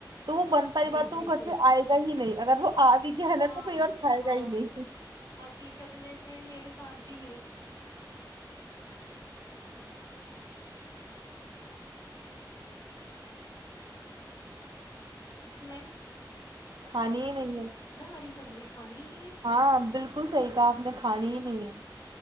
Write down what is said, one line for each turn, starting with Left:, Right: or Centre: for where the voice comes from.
Right: تو وہ بن پی
Left: جی
Right: بات تو
Left: جی
Right: وہ گھر
Left: جی
Right: پ آئے گا ہی نہیں اگر وہ آ بھی گیا ہے
Left: ہاں
Right: نا تو کوئی اور کھائے
Left: ہاں
Right: گا ہی نہیں
Left: حقیقت میں سے میرے سادھھی <inaudible>
Right: کھانی ہی نہیں ہے
Left: ساری سبزی کھانی ہی نہیں ہے
Right: ہاں بالکل صحیح کہا آپ نے کھانی ہی نہیں ہے